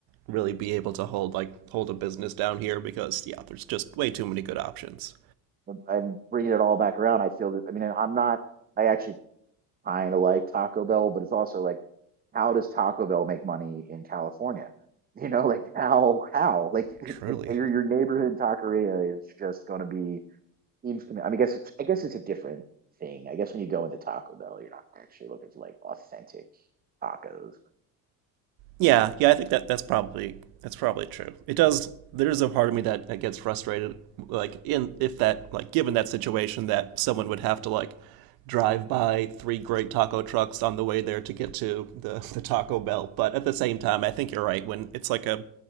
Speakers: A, on the right; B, on the right.
A: really be able to hold like hold a business down here because yeah, there's just way too many good options.
B: And- bringing it all back around, I feel that I mean, I'm not. I actually kind of like Taco Bell, but it's also like, how does Taco Bell make money in California? <laughs> You know, like how how like <laughs> it's
A: Truly.
B: like your your neighborhood taqueria is just going to be Seems to me, I mean, I guess it's I guess it's a different thing. I guess when you go into Taco Bell, you're not actually looking for like authentic tacos.
A: Yeah, yeah, I think that that's probably that's probably true. It does. There's a part of me that, that gets frustrated, like in if that like given that situation that someone would have to like drive by three great taco trucks on the way there to get to the the Taco Bell. But at the same time, I think you're right. When it's like a,